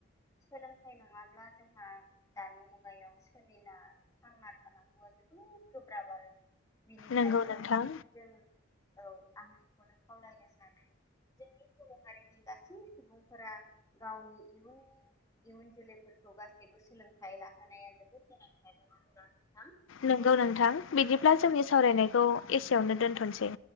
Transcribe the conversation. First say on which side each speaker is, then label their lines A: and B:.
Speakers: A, on the left (about 15°); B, on the left (about 75°).
A: सोलोंथाइ नंङाब्ला जोंहा दानि मुगायाव सोलिना थांना थानांगौआ जोबोद गोब्राब आरो बेनिखायनो
B: नंगौ नोंथां
A: जों औ आं बेखौनो खावलायनो सानो जोंनि हारिनि गासै सुबुंफोरा गावनि इयुननि इयुन जोलैफोरखौ गासैबो सोलोंथाइ लाहोनाया जोबोद गोनांथार नंङा होनबा।
B: नोंगौ नोंथां बिदिब्ला
A: जोंना
B: जोंनि
A: सम जाबाय
B: सावरायनायखौ एसेयावनो दोन्थसै।